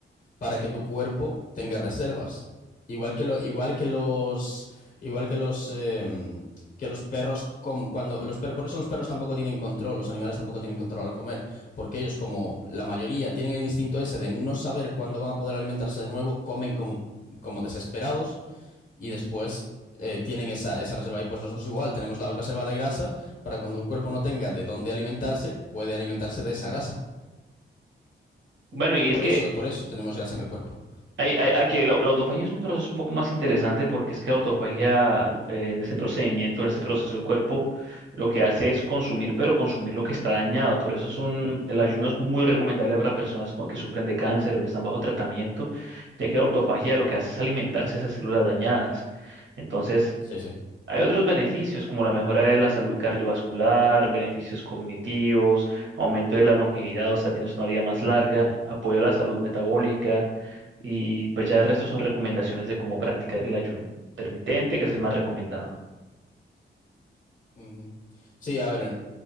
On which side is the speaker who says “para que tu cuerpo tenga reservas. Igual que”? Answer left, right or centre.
Left